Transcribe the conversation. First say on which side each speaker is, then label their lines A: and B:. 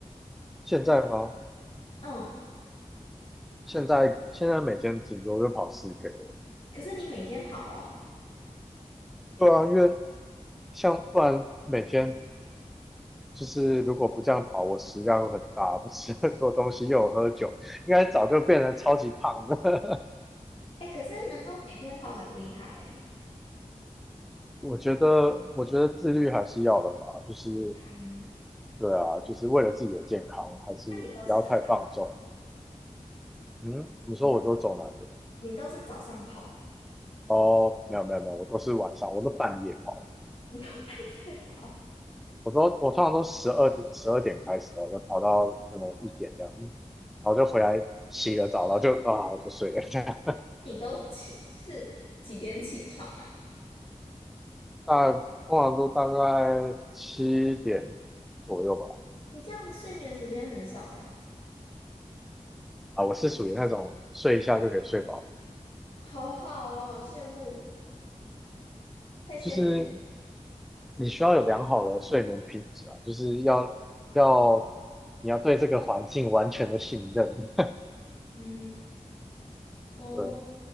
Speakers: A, in the centre; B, on the left.
A: 现在吗？
B: 嗯，
A: 现在现在每天顶多就跑四 K 了。
B: 可是你每天跑哦，
A: 对啊，因为像不然每天就是如果不这样跑，我食量又很大，不吃很多东西，又有喝酒，应该早就变成超级胖的。
B: 哎，可是能够每天跑很厉害哎。
A: <laughs> 我觉得，我觉得自律还是要的吧，就是
B: 嗯，
A: 对啊，就是为了自己的健康，还是不要太放纵。
B: 那你都是早，
A: 嗯，你说我都走哪个？
B: 你都你都是早上跑吗？
A: 哦，没有没有没有，我都是晚上，我都半夜跑，
B: 你都半夜跑？
A: 我都我通常都十二点十二点开始的，我跑到可能一点这样，然后就回来洗个澡，然后就啊就睡了。<laughs>
B: 你都起是几点起床啊？
A: 大通常都大概七点左右吧。
B: 你这样子睡眠时间很少哎。
A: 啊，我是属于那种睡一下就可以睡饱的，
B: 好好哦，好羡慕，太羡慕了。
A: 就是你需要有良好的睡眠品质啊，就是要要你要对这个环境完全的信任。
B: 嗯，哦，
A: <laughs> 对，